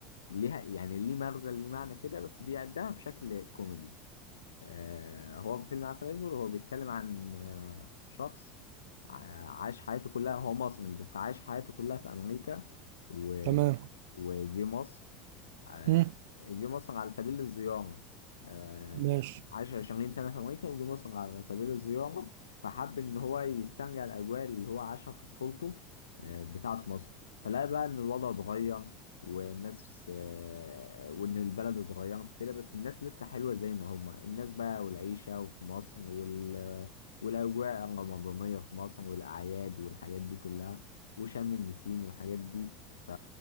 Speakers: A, on the left (about 70°); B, on the right (about 60°).
A: ليها يعني ليه مغزى ليه معنى كده بس بيقدمها بشكل كوميدي آه، هو فيلم عسل اسود هو بيتكلم عن آه، شخص ع- عاش حياته كلها هو مصري بس عاش حياته كلها في امريكا و...
B: تمام
A: وجه مصر آه،
B: مم.
A: جه مصر على سبيل الزيارة آه،
B: ماشي
A: عاش 20 سنة في أمريكا وجه مصر على سبيل الزيارة فحب إن هو يسترجع الأجواء اللي هو عاشها في طفولته آه، بتاعة مصر فلقى بقى إن الوضع اتغير والناس آه، وإن البلد اتغيرت وكده بس الناس لسه حلوة زي ما هما الناس بقى والعيشة وفي مصر وال... والأجواء الرمضانية في مصر والأعياد والحاجات دي كلها وشم النسيم والحاجات دي ف...